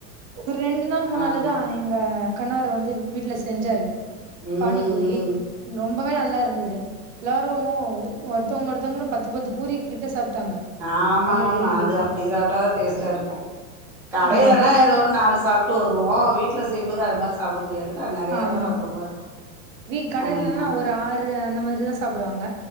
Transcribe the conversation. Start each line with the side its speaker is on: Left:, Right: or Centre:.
Right: ஒரு ரெண்டு நாள் முன்னாளதா
Centre: ஆமா
Right: எங்க கணவரு வந்து வீட்ல செஞ்சாரு
Centre: ம்
Right: பானிபூரி
Centre: ம்
Right: ரொம்பவே நல்லா இருந்தது எல்லாரு ஒருத்தவுங்க ஒருத்தவுங்கனு பத்து பத்து பூரி கிட்ட சாப்ட்டாங்க
Centre: ஆமா
Right: ரொம்ப
Centre: ஆமா
Right: விரும்பி
Centre: அது அப்டி சாப்ட்டாதா டேஸ்ட்டா இருக்கூ கடையிலனா
Right: ஆமா
Centre: ஏதோ ஒரு நாலு சாப் டு வருவோ வீட்ல செய்யும்போது அது மாரி சாப்ட முடியாதுல்ல நறையாதா
Right: ஆமா
Centre: சாப்ற மாரி இருக்கூ
Right: வீ கடைலன்னா
Centre: ஆமா
Right: ஒரு ஆறு இந்த மாரிதா சாப்புடுவாங்க